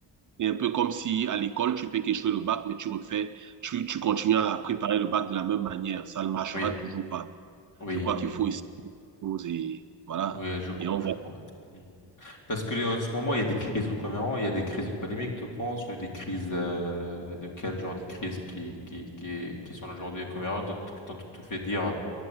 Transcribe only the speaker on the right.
c'est un peu comme si à l'école, tu fais qu'échouer le bac, mais tu refais, tu, tu continues à préparer le bac de la même manière. Ça ne marchera
toujours pas.
Je crois
qu'il faut essayer des choses et voilà.
Et on
voit.